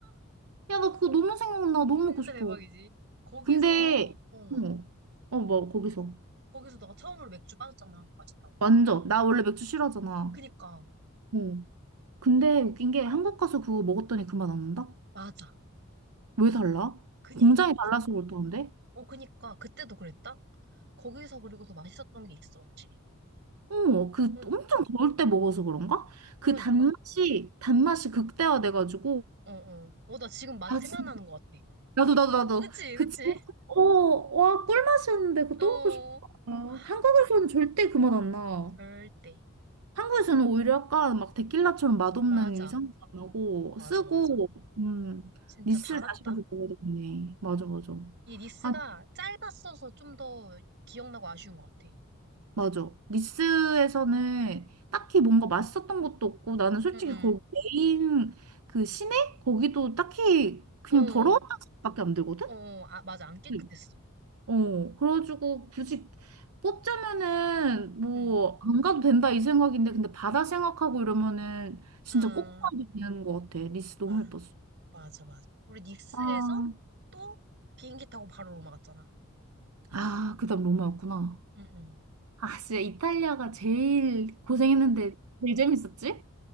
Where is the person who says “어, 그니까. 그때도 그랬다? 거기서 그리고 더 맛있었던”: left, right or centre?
Right